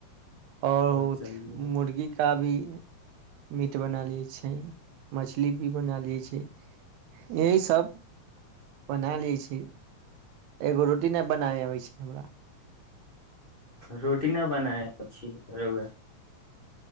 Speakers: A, on the right; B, on the left.
A: ओर
B: चलियै।
A: मुर्गी का भी मीट बना लिए छै मछली भी बना लिए छै यही सब बना लिय छी एगो रोटी नहि बनाबै अबै छी हमरा
B: रोटी न बनाय छी रगे